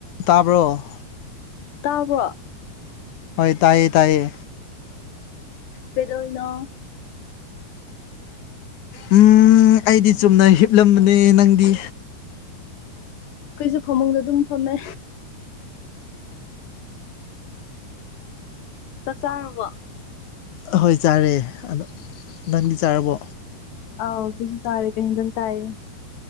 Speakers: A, on the left; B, on the left.
A: ꯇꯥꯕꯣ
B: ꯇꯥꯕꯣ
A: ꯍꯣꯏ ꯇꯥꯏꯌꯦ ꯇꯥꯏꯌꯦ
B: ꯄꯦꯗꯣ ꯑꯣꯏꯅꯅꯣ
A: ꯎꯝ ꯑꯩꯗꯤ ꯆꯨꯝꯅ ꯍꯤꯞꯂꯝꯕꯅꯦ ꯅꯪꯗꯤ
B: ꯑꯩꯈꯣꯏꯁꯨꯦ ꯐꯃꯨꯡꯗ ꯑꯗꯨꯝ ꯐꯝꯃꯦ ꯆꯥꯛ ꯆꯥꯔꯨꯕ
A: ꯑꯍꯣꯏ ꯆꯥꯔꯦ ꯑꯗ ꯅꯪꯗꯤ ꯆꯥꯔꯕꯣ
B: ꯑ ꯐꯁꯨ ꯆꯔꯦ ꯀꯩꯗꯟ ꯆꯑ